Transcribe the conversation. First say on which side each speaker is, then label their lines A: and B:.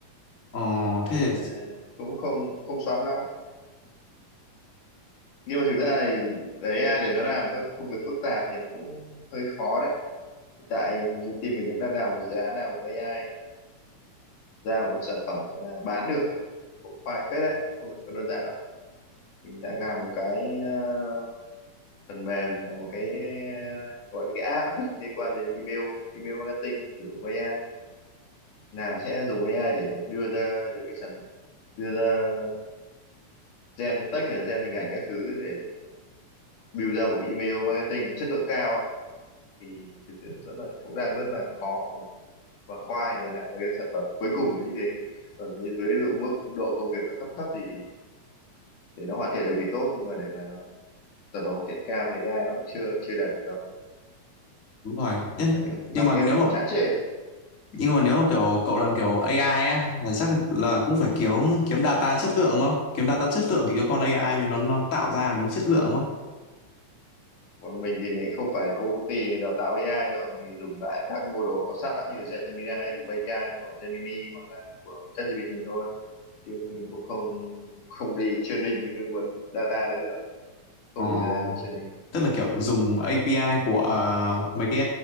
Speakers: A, on the left (about 25°); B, on the left (about 70°).
A: ờ
B: nên
A: thế
B: là
A: thì-
B: cũng không không xoắn lắm nhưng mà thực ra thì để AI để nó làm các công việc phức tạp thì nó cũng hơi khó đấy hiện tại như team mình cũng đang làm một dự án nào bằng AI ra một cái sản phẩm gọi là bán được ấy. cũng khoai phết đấy không được không đơn giản đâu mình đang làm một cái ờ, phần mềm là một cái ờ, gọi là cái app ấy, liên quan đến email email marketing sử dụng AI làm sẽ dùng AI để đưa ra được cái sản đưa ra gen text này gen hình ảnh các thứ để build ra một cái email marketing chất lượng cao thì thực sự rất là cũng đang rất là khó để mà- và khoai để lại cái sản phẩm cuối cùng như thế còn với dưới dụ mức độ công việc nó thấp thấp thì để nó hoàn thiện được thì tốt nhưng mà để mà nó sản phẩm hoàn thiện cao thì AI nó cũng chưa chưa đạt được đâu
A: đúng rồi Nhất-
B: phải
A: nhưng
B: lắp
A: mà nếu
B: ghép vào
A: mà
B: chán chê
A: nhưng mà nếu mà kiểu cậu làm kiểu AI á là chắc là cũng phải kiếm kiếm data chất lượng đúng không kiếm data chất lượng thì cái con AI mình nó nó tạo ra nó mới chất lượng đúng không
B: còn mình thì lại không phải là công ty đào tạo AI đâu mình dùng lại các mô đồ có sẵn như Gemini dùng API của Gemini hoặc là của ChatGPT thôi chứ mình cũng không không đi training những cái nguồn data đấy được
A: ờ,
B: không đủ thời gian để training được
A: tức là kiểu dùng
B: Ờ.
A: API của ờ, mấy cái